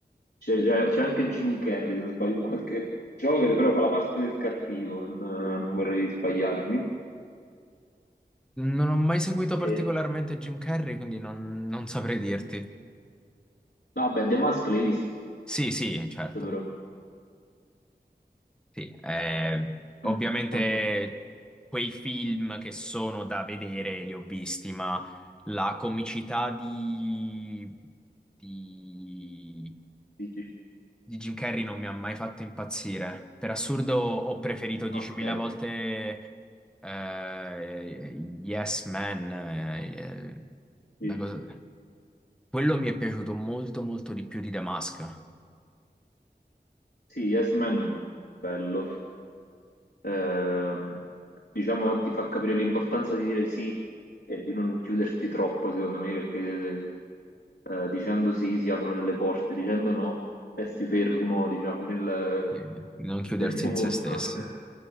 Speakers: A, on the left; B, in the centre.
A: c'è, c'è- c'è anche Jim Carrey, se non sbaglio, in qualche Joker, però fa la parte del cattivo, non, non vorrei sbagliarmi.
B: Non ho mai seguito particolarmente
A: E...
B: Jim Carrey, quindi non, non saprei dirti.
A: Vabbè, The Mask l'hai visto
B: Sì, sì, certo.
A: però.
B: Sì, eh, ovviamente
A: Mm, ok,
B: quei film che sono da vedere li ho visti, ma la comicità di, di,
A: Dici-
B: di Jim Carrey non mi ha mai fatto impazzire. Per assurdo ho preferito 10.000
A: ok.
B: volte eh, Yes Man, eh, eh, una
A: Sì,
B: cosa- Quello mi è piaciuto molto molto di più di The Mask,
A: Sì, Yes Man è bello. ehm, diciamo, ti fa capire l'importanza di dire sì e di non chiuderti troppo, secondo me, perché eh, dicendo sì si aprono delle porte, dicendo no resti fermo, diciamo, nel,
B: eh, non chiudersi
A: nel tuo
B: in
A: mondo.
B: se stessi.
A: <laughs>